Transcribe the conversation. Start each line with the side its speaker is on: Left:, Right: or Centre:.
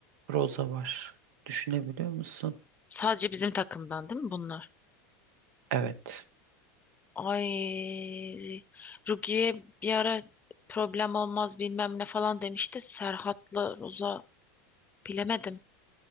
Right: Roza var. Düşünebiliyor musun?
Left: Sadece bizim takımdan değil mi bunlar?
Right: Evet.
Left: Ay. Rukiye bir ara problem olmaz bilmem ne falan demişti. Serhat'la Roza bilemedim.